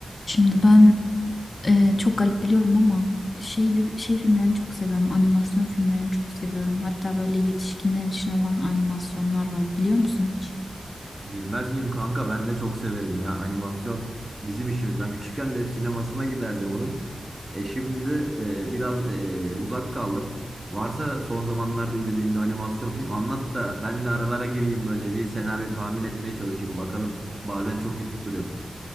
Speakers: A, on the left; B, on the right.
A: Şimdi ben e, çok garip biliyorum ama şeyli, şey filmlerini çok seviyorum. Animasyon filmlerini çok seviyorum. Hatta böyle yetişkinler için olan animasyonlar var biliyor musun hiç?
B: Bilmez miyim kanka ben de çok severim ya animasyon bizim işimiz. Ben küçükken de hep sinemasına giderdim onun. E şimdi de e, biraz e, e, uzak kaldım. Varsa son zamanlarda izlediğim bir animasyon film anlat da ben de aralara gireyim böyle bir senaryo tahmin etmeye çalışayım bakalım. Bazen çok iyi tutturuyor.